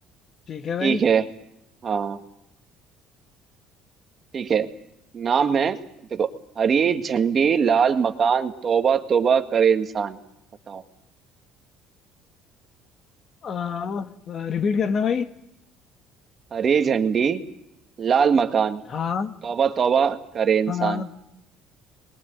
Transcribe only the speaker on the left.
ठीक है भाई
आ, रिपीट करना भाई
हाँ
हाँ